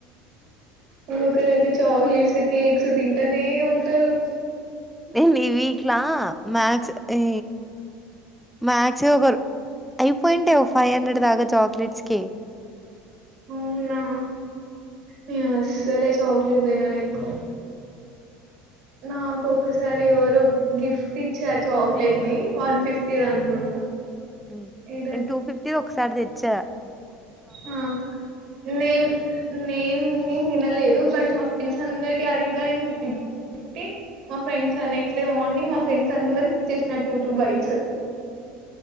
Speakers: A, on the right (about 60°); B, in the centre.
A: ఇంగోకరైతే అయితే చాక్లెట్స్ కేక్స్ తింటనే ఉంటారు
B: నేన్ ఈ వీక్లా మాక్స్ ఇ మాక్స్ ఒకరు అయిపోయింటాయి ఒక ఫైవ్ హండ్రెడ్ దాకా చాక్లెట్స్ కే
A: అవునా నేను అస్సలే చాక్లెట్ తినను ఎక్కువ నాకు ఒకసారి ఎవరో గిఫ్ట్ ఇచ్చార్ చాక్లెట్ ని వన్ ఫిఫ్టీది అనుకుంటా
B: నేన్
A: ఏదో
B: టూ ఫిఫ్టీ ది ఒకసారి తే చ్చా
A: ఆ నేన్ నేన్ న దిన లేదు బట్ మా ఫ్రెండ్స్ అందరికి అది ఇంక నేన్ ఫ లా పెట్టి మా ఫ్రెండ్స్ నెక్స్ట్ డే మార్నింగ్ మా ఫ్రెండ్స్ అందరికి ఇచ్చేసిన టూ టూ బైట్స్